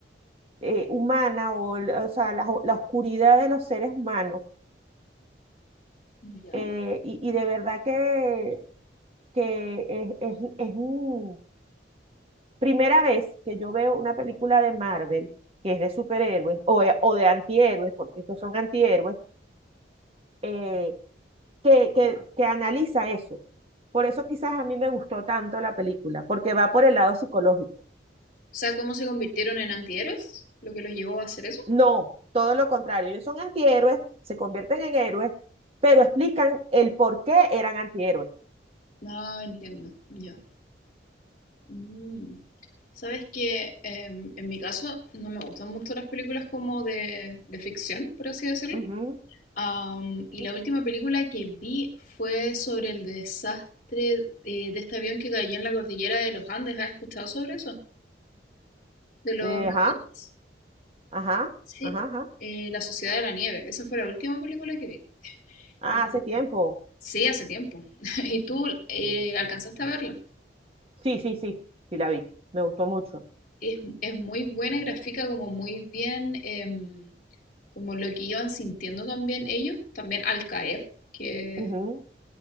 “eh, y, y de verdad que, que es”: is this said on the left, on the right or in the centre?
Right